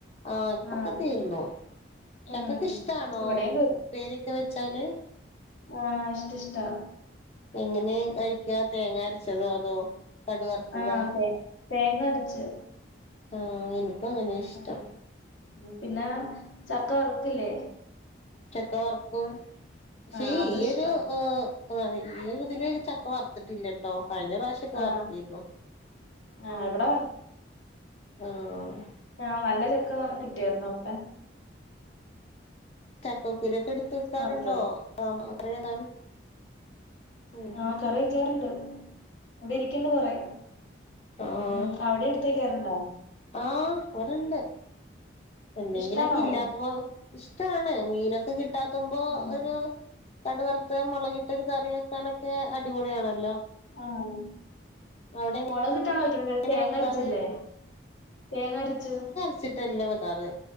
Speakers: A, on the left (about 35°); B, on the left (about 80°).
A: ഇ പ്പക്കെതീർന്നു.
B: ആഹ്
A: ചക്കഒക്കെ
B: ഉം
A: ഷ്ടാണോ
B: ഇവിടെയും
A: ഉപ്പേര്യോക്കെ വെച്ചാല്.
B: ആഹ് ഇഷ്ടിഷ്ടാ.
A: എങ്ങനെ കഴിക്ക തേങ്ങ അരച്ചതോ അതോ. കടു വറുത്തതോ
B: ആഹ് തേ തേങ്ങ അര്ച്ച്.
A: ആഹ് ഇനിക്കു അങ്ങനെയഷ്ടം
B: ഉം ഉം പിന്നെ ചക്ക വറക്കില്ലേ?.
A: ചക്ക വറക്കും പക്ഷേ
B: ആ അതും
A: ഈയൊരു
B: ഇഷ്ടാ
A: ഏ. ഈയി രിതില് ചക്ക വറത്തിട്ടില്ലട്ടോ കഴിഞ്ഞറാഷ് ചക
B: ആ
A: വർത്തിര്ന്നു
B: ആ ഇവിടെ
A: ആഹ്.
B: ആഹ് നല്ല ചെക്ക കിട്ടിയയാർന്നു അപ്പ.
A: ചക്കക്കുരു ഒക്കെട്ത്ത് വെക്കാറുണ്ടോ?
B: വറുത്തായിരുന്നു
A: <unintelligible> ഉം
B: ആഹ് കറിവെക്കാറ്ണ്ട് വ്ടെരിക്ക്ണ്ട് കൊറെ.
A: ആ
B: ഉം അവിടെ എട്തുവെക്കാറുണ്ടോ?
A: ആഹ് ഇവിട്ണ്ട്. എന്തെങ്കിലൊക്കെ
B: ഇഷ്ടാണോ
A: ഇല്ലാത്തപോ ഇഷ്ടാണ് മീനൊക്കെ കിട്ടാത്തുമ്പോ
B: ഉം
A: ഒരു. കടുവർത്തെ മുളകിട്ടൊരു കറി വെക്കാനൊക്കെ അടിപൊളിയാണല്ലോ?
B: ആഹ്
A: അവിടെ
B: മുളക് <unintelligible>
A: എങ്ങനെ
B: തേങ്ങർചില്ലേ
A: വെക്കാറ്
B: തേങ്ങര്ച്ച്.
A: വച്ചിട്ടല്ലാം വെക്കാറ്